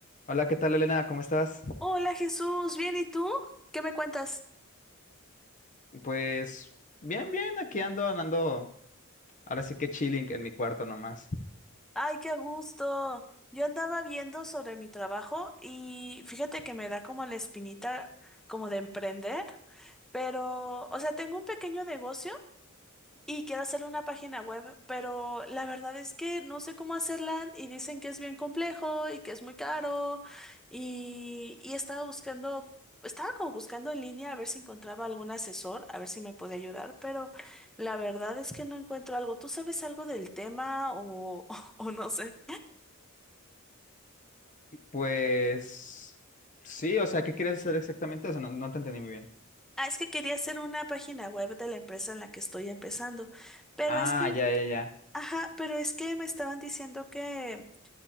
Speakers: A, on the left (about 35°); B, in the centre.
A: Hola, ¿qué tal, Elena? ¿Cómo estás?
B: Hola Jesús, ¿bien y tú? ¿Qué me cuentas?
A: Pues bien, bien, aquí ando, ando, ahora sí que chilling en mi cuarto nomás.
B: Ay, qué gusto. Yo andaba viendo sobre mi trabajo y fíjate que me da como la espinita como de emprender, pero, o sea, tengo un pequeño negocio Y quiero hacer una página web, pero la verdad es que no sé cómo hacerla y dicen que es bien complejo y que es muy caro y, y estaba buscando, estaba como buscando en línea a ver si encontraba algún asesor, a ver si me podía ayudar, pero la verdad es que no encuentro algo. ¿Tú sabes algo del tema o, <laughs> o no sé?
A: Pues sí, o sea, ¿qué quieres hacer exactamente? O sea, no, no te entendí muy bien.
B: Ah, es que quería hacer una página web de la empresa en la que estoy empezando, pero
A: Ah,
B: es que,
A: ya, ya, ya,
B: ajá, pero es que me estaban diciendo que...